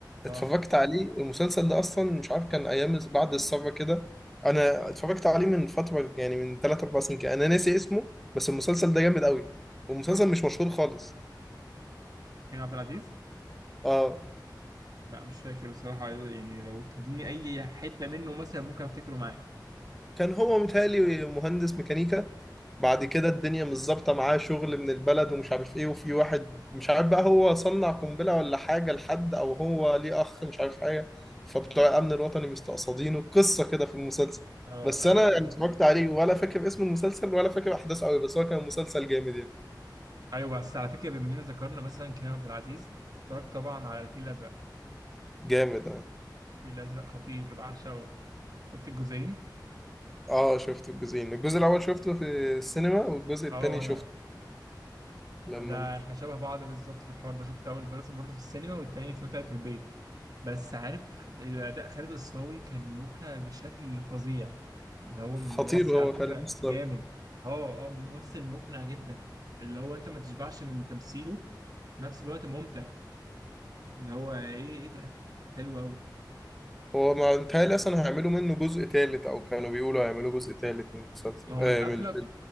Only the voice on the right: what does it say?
اه
كريم عبد العزيز
لا مش فاكر بصراحة يعني لو تديني أي حتة منه مثلا ممكن أفتكره معاك
أه
أيوه
أيوه
أيوه بس على فكرة بما إننا ذكرنا مثلا كريم عبد العزيز اتفرجت طبعا على الفيل الأزرق
الفيل الأزرق خطير بعشقه شفت الجزئين
أه وأنا
ده
إحنا شبه بعض بالظبط في الحوار ده شفت أول بس برضه في السينما والتاني اتفرجت عليه في البيت بس عارف أداء خالد الصاوي كان مقنع بشكل فظيع اللي هو
ممثل
على فكرة
جامد اه اه ممثل مقنع جدا اللي هو انت ما تشبعش من تمثيله في نفس الوقت ممتع اللي هو ايه ايه ده حلو قوي
ما هو
القفلة